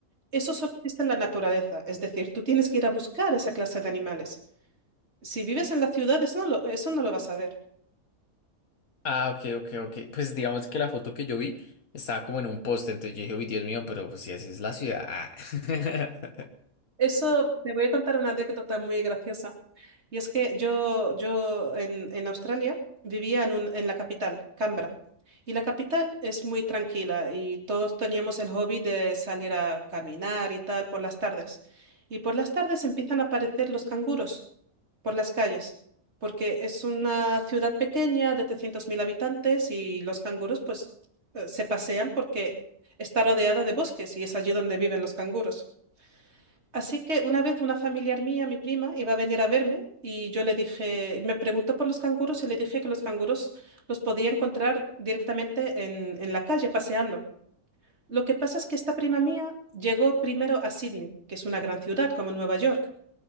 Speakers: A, on the right; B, on the left.
A: Eso solo existe en la naturaleza. Es decir, tú tienes que ir a buscar esa clase de animales. Si vives en la ciudad, eso no lo, eso no lo vas a ver.
B: Ah, ok, ok, ok, pues digamos que la foto que yo vi estaba como en un poste, entonces yo dije, uy, Dios mío, pero pues si así es la ciudad. ah". <laughs>
A: Eso, te voy a contar una anécdota muy graciosa. Y es que yo, yo en, en Australia vivía en, un- en la capital, Canberra. Y la capital es muy tranquila y todos teníamos el hobby de salir a caminar y tal por las tardes. Y por las tardes empiezan a aparecer los canguros por las calles, porque es una ciudad pequeña de 300.000 habitantes y los canguros pues eh, se pasean porque está rodeada de bosques y es allí donde viven los canguros. Así que una vez una familiar mía, mi prima, iba a venir a verme y yo le dije, me preguntó por los canguros y le dije que los canguros los podía encontrar directamente en, en la calle, paseando. Lo que pasa es que esta prima mía llegó primero a Sydney, que es una gran ciudad como Nueva York,